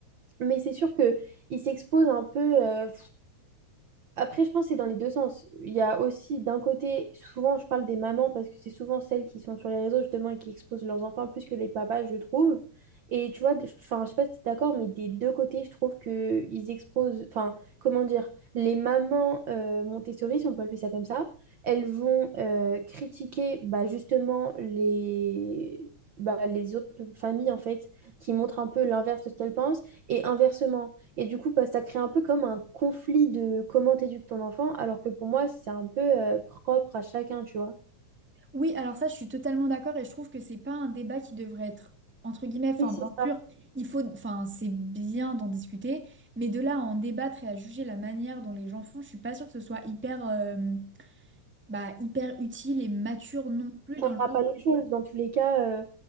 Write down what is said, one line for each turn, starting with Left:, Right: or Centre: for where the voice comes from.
Right: Mais c'est sûr que il s'expose un peu euh, après, je pense que c'est dans les deux sens. Il y a aussi, d'un côté, souvent je parle des mamans parce que c'est souvent celles qui sont sur les réseaux justement et qui exposent leurs enfants plus que les papas, je trouve. Et tu vois, je- enfin, je sais pas si tu es d'accord, mais des deux côtés, je trouve que ils exposent, enfin, comment dire, les mamans euh, Montessori, si on peut appeler ça comme ça, elles vont euh, critiquer bah, justement les, bah, les autres familles en fait qui montrent un peu l'inverse de ce qu'elles pensent et inversement. Et du coup, bah, ça crée un peu comme un conflit de comment t'éduques ton enfant, alors que pour moi, c'est un peu euh, propre à chacun, tu vois.
Centre: Oui, alors ça, je suis totalement d'accord et je trouve que c'est pas un débat qui devrait être entre guillemets. Enfin,
Right: Et c'est
Centre: bien sûr,
Right: ça
Centre: il faut, enfin, c'est bien d'en discuter, mais de là à en débattre et à juger la manière dont les gens font, je suis pas sûre que ce soit hyper, euh, bah, hyper utile et mature non plus
Right: ne
Centre: dans
Right: changera
Centre: le sens
Right: pas les choses. Dans tous les cas, euh,